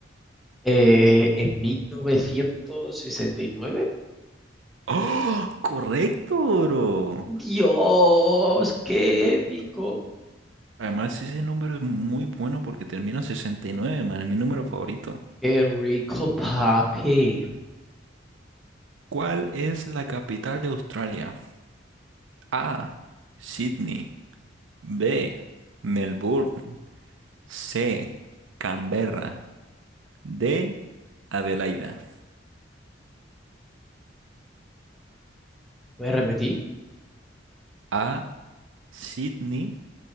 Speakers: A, in the centre; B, on the right.
A: Eh, en 1969.
B: ¡Oh! ¡Correcto, bro!
A: Dios, qué épico.
B: Además, ese número es muy bueno porque termina en 69, man, es mi número favorito.
A: Qué rico, papi.
B: ¿Cuál es la capital de Australia? A. Sydney. B. Melbourne. C. Canberra. D. Adelaida.
A: Voy a repetir.
B: A. Sydney.